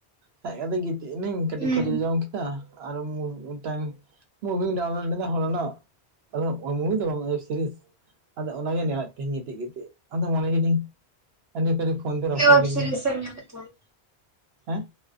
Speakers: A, on the right; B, on the right.
A: ᱦᱮᱡ ᱠᱟᱛᱮ ᱜᱤᱛᱤᱡ ᱮᱱᱟᱹᱧ
B: ᱦᱩᱸ
A: ᱠᱟᱹᱴᱤᱡ ᱠᱷᱚᱡᱚᱨᱤᱧ ᱡᱚᱢ ᱠᱮᱫᱟ ᱟᱨ ᱢᱩ ᱢᱤᱫᱴᱟᱝ ᱢᱩᱵᱷᱤ ᱴᱟᱣᱩᱱᱞᱚᱴ ᱞᱮ ᱟᱫᱚ ᱦᱚᱞᱟᱱᱚᱜ ᱚᱞ ᱢᱩᱵᱷᱤ ᱫᱚ ᱵᱟᱝ ᱚᱭᱤᱵ ᱥᱤᱨᱤᱡ ᱥᱤᱨᱤᱥ ᱟᱫᱚ ᱚ ᱜᱮ ᱱᱮᱞᱮᱫ ᱛᱤᱧ ᱜᱤᱛᱤᱜ ᱜᱤᱛᱤᱜ ᱟᱫᱚ ᱢᱚᱮᱱᱮ ᱠᱤᱫᱤᱧ ᱟᱨ ᱱᱤᱛ ᱟᱱᱤᱜ ᱯᱷᱳᱱ ᱨᱮ ᱵᱟ
B: ᱪᱮᱫ
A: ᱠᱷᱚᱱ
B: ᱳᱭᱮᱵ
A: ᱞᱤᱜᱤᱧ
B: ᱥᱤᱨᱤᱡ ᱮᱢ ᱧᱮᱞᱮᱫ ᱛᱟᱦᱮᱸᱫ
A: ᱦᱮᱸ